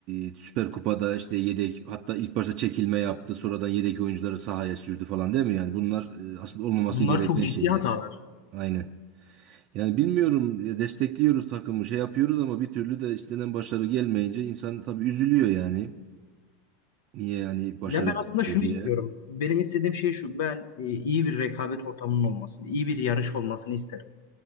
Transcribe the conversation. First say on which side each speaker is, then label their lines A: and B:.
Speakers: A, on the right; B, on the left.
A: e, Süper Kupa'da işte yedek hatta ilk başta çekilme yaptı. Sonradan yedek oyuncuları sahaya sürdü falan değil mi? Yani bunlar e, aslında olmaması
B: Bunlar
A: gereken
B: çok ciddi
A: şeyler.
B: hatalar.
A: Aynen. Yani bilmiyorum ya destekliyoruz takımı şey yapıyoruz ama bir türlü de istenen başarı gelmeyince insan tabii üzülüyor yani. Niye yani başarı
B: Ya ben
A: gelmiyor
B: aslında şunu
A: diye.
B: istiyorum. Benim istediğim şey şu. Ben e, iyi bir rekabet ortamının olmasını, iyi bir yarış olmasını isterim.